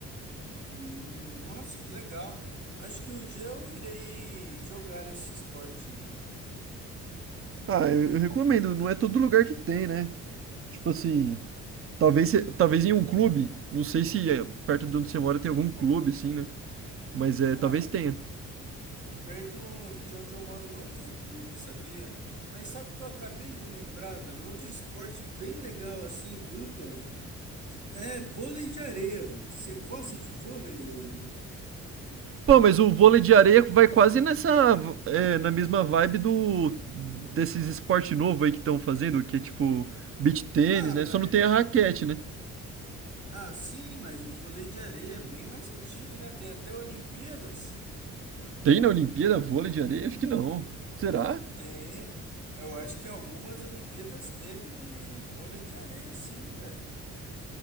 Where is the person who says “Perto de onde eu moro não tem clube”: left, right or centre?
Right